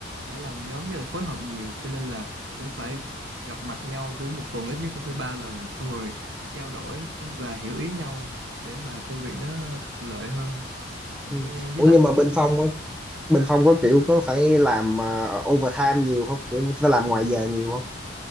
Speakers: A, on the right (about 70°); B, in the centre.
A: phải làm nhóm với lại phối hợp nhiều cho nên là cũng phải gặp mặt nhau kiểu một tuần ít nhất cũng phải ba lần xong rồi trao đổi và hiểu ý nhau để mà công việc nó thuận lợi hơn với,
B: ừ.
A: với
B: ủa
A: lại
B: nhưng mà bên Phong á, bên Phong có
A: ừ.
B: kiểu có phải làm ờ, overtime nhiều không kiểu phải làm ngoài giờ nhiều không